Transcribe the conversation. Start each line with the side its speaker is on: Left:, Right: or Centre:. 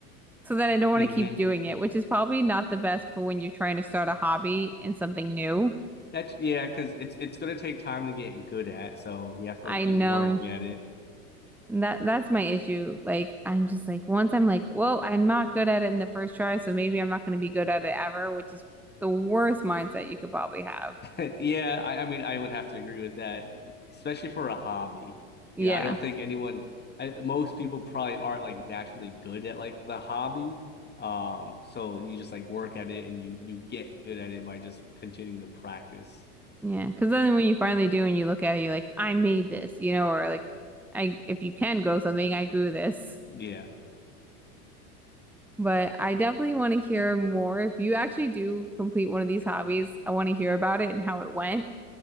Centre: So then I don't want
Left: Mm-hmm.
Centre: to keep doing it, which is probably not the best for when you're trying to start a hobby and something new
Left: That's yeah, because it's it's gonna take time to get good at, so you have to
Centre: I
Left: like keep
Centre: know.
Left: working at it.
Centre: And that that's my issue. Like I'm just like once I'm like, well, I'm not good at it in the first try, so maybe I'm not going to be good at it ever, which is the worst mindset you could probably have.
Left: <laughs> Yeah, I, I mean, I would have to agree with that, especially for a hobby.
Centre: Yeah.
Left: Yeah, I don't think anyone, I, most people probably aren't like naturally good at like the hobby. Um, so you just like work at it and you you get good at it by just continuing to practice.
Centre: yeah. Because then when you finally do and you look at it, you're like, I made this, you know, or like I if you can grow something, I grew this.
Left: Yeah.
Centre: But I definitely want to hear more. If you actually do complete one of these hobbies, I want to hear about it and how it went